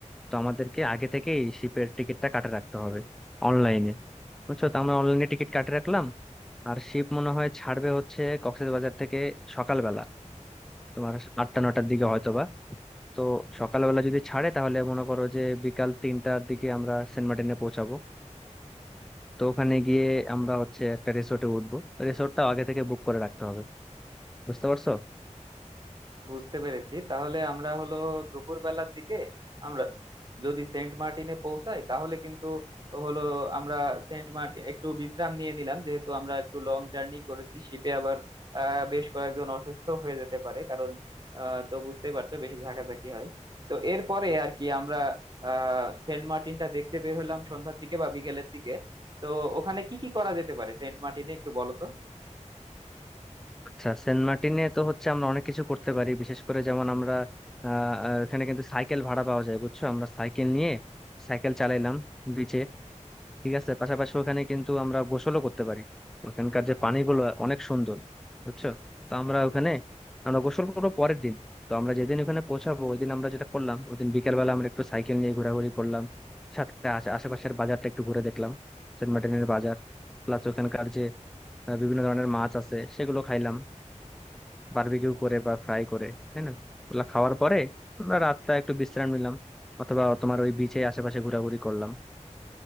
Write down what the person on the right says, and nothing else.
বুঝতে পেরেছি তাহলে আমরা হলো দুপুর বেলার দিকে আমরা যদি সেন্ট মার্টিনে পৌঁছাই তাহলে কিন্তু হলো আমরা সেন্ট মার্টিন একটু বিশ্রাম নিয়ে নিলাম যেহেতু আমরা একটু লং জার্নি করেছি শিপে আবার আহ, বেশ কয়েকজন অসুস্থ হয়ে যেতে পারে কারণ আহ, তো বুঝতেই পারছো বেশি ঝাঁকাঝাঁকি হয় তো এরপরে আর কি আমরা আহ সেন্ট মার্টিনটা দেখতে বের হলাম সন্ধ্যার দিকে বা বিকেলের দিকে তো ওখানে কি কি করা যেতে পারে সেন্ট মার্টিনে একটু বলো তো